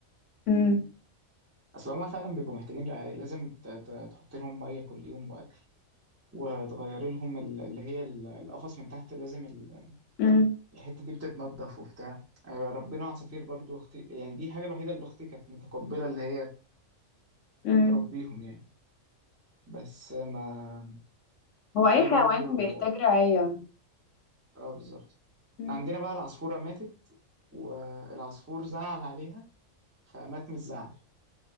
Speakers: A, on the left; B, on the right.
A: امم
B: اصل هما فعلا بيبقوا محتاجين رعاية لازم ت- ت- تحط لهم مية كل يوم واكل وتغير لهم ال- اللي هي ال- القفص من تحت لازم ال-
A: امم
B: الحتة دي بتتنضف وبتاع آه، ربنا عصافير برضو اختي يعني دي حاجة الوحيدة اللي اختي كانت متقبلة اللي هي
A: امم
B: تربيهم يعني بس ما
A: هو
B: في
A: اي حيوان
B: برضو
A: بيحتاج رعاية
B: اه بالظبط
A: مم.
B: احنا عندنا بقى العصفورة ماتت والعصفور زعل عليها فمات من الزعل